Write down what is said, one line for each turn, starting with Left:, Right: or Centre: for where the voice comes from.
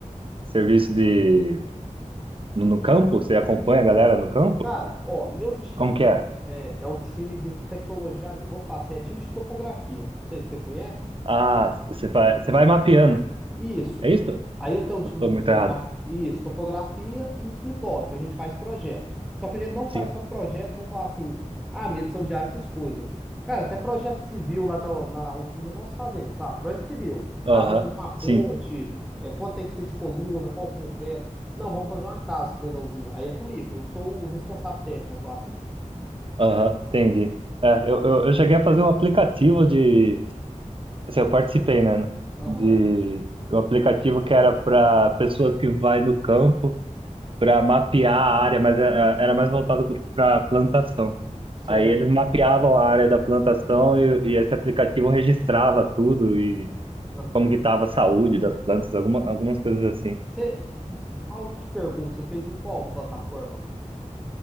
Right: serviço de no, no campo? Você acompanha a galera no campo?
Centre: Cara, ó, meu time
Right: Como que é?
Centre: é, é um time de tecnologia agrícola. Vamos falar assim, é time de topografia. Não sei se você conhece.
Right: Ah, você vai, você vai mapeando.
Centre: Isso.
Right: É isso?
Centre: Aí eu tenho um time
Right: Eu tô
Centre: de
Right: muito
Centre: topografia,
Right: errado.
Centre: isso, topografia e no escritório, que a gente faz projeto. Só que a gente não faz
Right: Sim.
Centre: só projeto, vamos falar assim, ah, medição de área, essas coisas. Cara, até projeto civil lá na, na usina nós fazemos, sabe? Projeto civil.
Right: Aham.
Centre: Ah, vai fazer uma ponte,
Right: Sim.
Centre: é, quanto tem que ser de coluna, qual concreto. Não, vamos fazer uma casa aqui dentro da usina. Aí é comigo, eu sou o responsável técnico, vamos falar assim.
Right: Aham. Entendi. É, eu, eu, eu cheguei a fazer um aplicativo de assim, eu participei, né,
Centre: Aham,
Right: de um aplicativo que era para pessoas que vai no campo para mapear a área, mas era era mais voltado para plantação.
Centre: certo.
Right: Aí eles mapeavam a área da plantação e, e esse aplicativo registrava tudo e
Centre: Aham.
Right: como que estava a saúde das plantas, alguma, algumas coisas assim.
Centre: Você, mal te pergunto, você fez em qual plataforma?